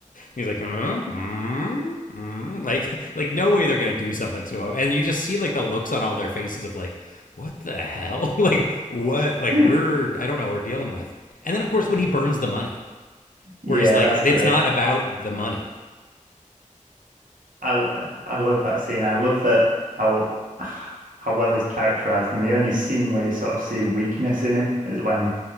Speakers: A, on the left (about 85°); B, on the right (about 85°).
A: he's like, mm, mm, mm. like like no way they're gonna do something to him. And you just see like the looks on all their faces of like, what the hell? <laughs> like what? Like
B: <laughs>
A: we're I don't know what we're dealing with. And then of course when he burns the money,
B: Yeah,
A: where he's like,
B: that's great.
A: it's not about the money
B: I I love that scene. I love that how how well he's characterized, and the only scene where you sort of see weakness in him is when